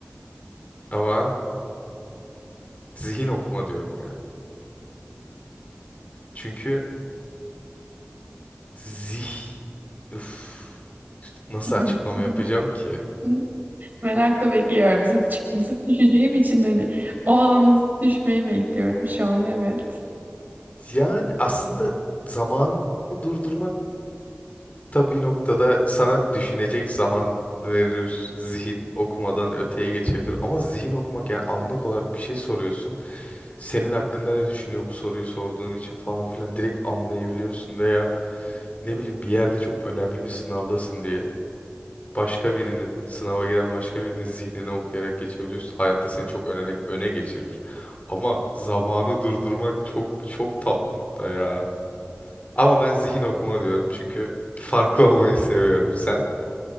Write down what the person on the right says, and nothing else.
<laughs>
Hı, Merakla bekliyorum. Zıt, çık- zıt düşeceğim için hani o anı zıt düşmeyi bekliyorum şu an evet.